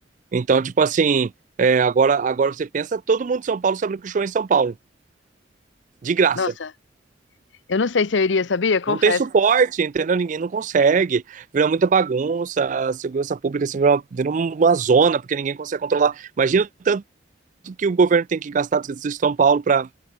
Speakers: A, on the right; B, on the left.
A: Então, tipo assim, é, agora, agora você pensa, todo mundo de São Paulo sabe que o show é em São Paulo. De graça.
B: Nossa, eu não sei se eu iria, sabia? Confesso.
A: Não tem suporte, entendeu? Ninguém não consegue. Virou muita bagunça, a segurança pública assim, virou virou uma zona, porque ninguém consegue controlar. Imagina o tanto que o governo tem que gastar do Distrito de São Paulo para